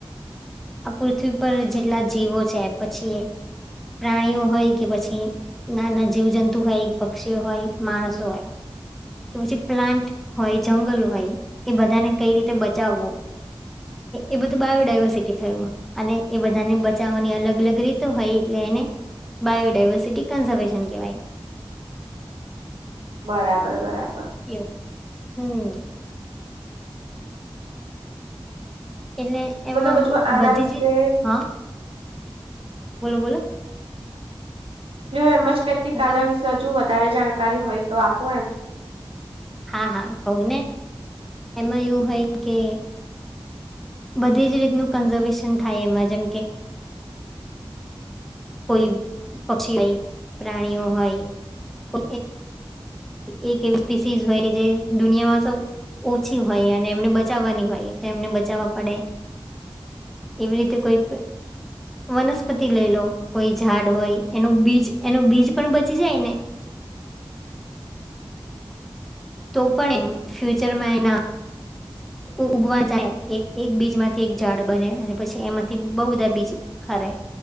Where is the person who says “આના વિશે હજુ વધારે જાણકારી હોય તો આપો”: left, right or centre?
Right